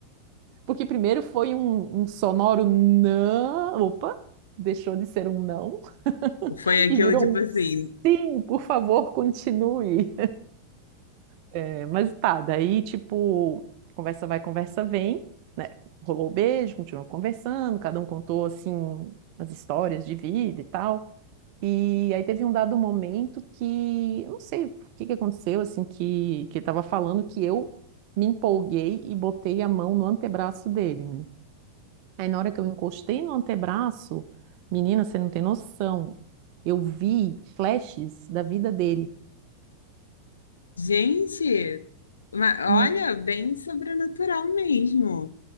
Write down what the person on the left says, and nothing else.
Foi aquilo
tipo
assim,
gente, ma-
olha, bem sobrenatural mesmo.